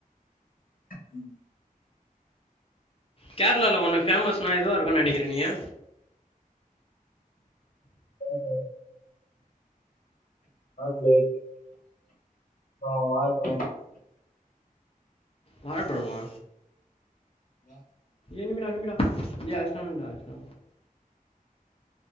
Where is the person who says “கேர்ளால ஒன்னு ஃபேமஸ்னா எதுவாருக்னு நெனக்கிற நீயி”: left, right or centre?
Left